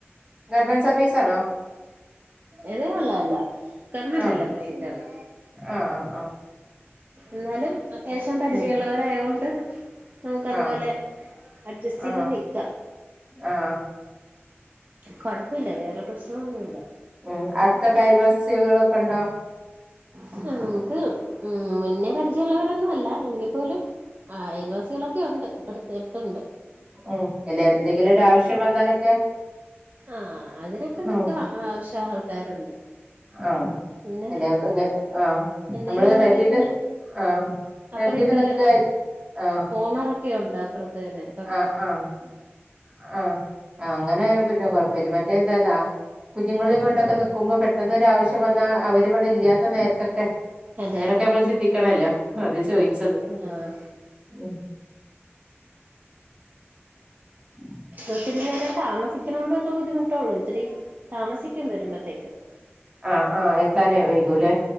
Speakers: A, on the right; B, on the right.
A: ഗവൺമെൻറ് സർവീസാണോ
B: ഏയ് അല്ല അല്ല ഗവൺമെന്റ്
A: ആഹ്
B: അല്ല പ്രൈവറ്റ് ആണ്.
A: ആഹ് ആഹ് ആഹ്
B: എന്നാലും അത്യാവശ്യം പരിചയമുള്ളവരായുകൊണ്ട്
A: ഉം
B: നമുക്ക് അതുപോലെ
A: ആഹ്
B: അഡ്ജസ്റ്റ് ചെയ്ത്
A: ആഹ്
B: നിൽക്കാ
A: ആഹ്
B: കുഴപ്പമില്ല വേറെ പ്രശ്നമൊന്നുമില്ല.
A: ഉം അടുത്ത് അയൽവാസികളൊക്ക ഉണ്ടോ?
B: ആ നമുക്ക് ഉ മുന്നേ പരിചയമുള്ളവരൊന്നും അല്ല എങ്കി പോലും ആ അയൽവാസികളൊക്കെ ഉണ്ട് അടുത്ത് അടുത്ത് ഉണ്ട്.
A: ഏ ഇല്ല എന്തെങ്കിലും ഒരു ആവശ്യം വന്നാലൊക്കെ
B: ആഹ അതിനൊക്കെ നമുക്ക്
A: ഉം
B: ആവശ്യം ആൾക്കാരുണ്ട്.
A: ആഹ്
B: പിന്നെ
A: അല്ല ആഹ്
B: എന്തേലും
A: നമ്മള്
B: ആണെങ്കിൽ
A: റെന്റിന്
B: തന്നെ
A: ആഹ്
B: അപ്പറം
A: റെന്റിന്
B: ഇപ്പറം
A: നിക്ക ആഹ്
B: പോണ രൊക്കെണ്ട് അപ്പറത്തന്നെ.
A: ആഹ് ആഹ്ആഹ് അങ്ങനെ പിന്നെ കൊഴപ്പില്ല മറ്റേ എന്താെന്നാ കുഞ്ഞുങ്ങളെയും കൊണ്ടൊക്കെ നിക്കുമ്പോൾ പെട്ടെന്ന് ഒരാവശ്യം വന്നാൽ അവരിവിടെ ഇല്ലാത്ത നേരത്തെൊ.. ക്കെ
B: അതെ
A: അങ്ങനെയൊക്കെ നമ്മൾ ചിന്തിക്കണല്ലോ അത് ചോദിച്ചത്.
B: ആഹ്
A: ഉം. ഉ
B: ഒത്തിരി നേരം താമസിക്കുന്നോണ്ടുള്ള ബുദ്ധിമുട്ടള്ളു. ഒത്തിരി താമസിക്കും വരുമ്പോഴത്തേക്കും.
A: ആഹ ആഹ് എത്താനേ വൈകൂല്ലേ?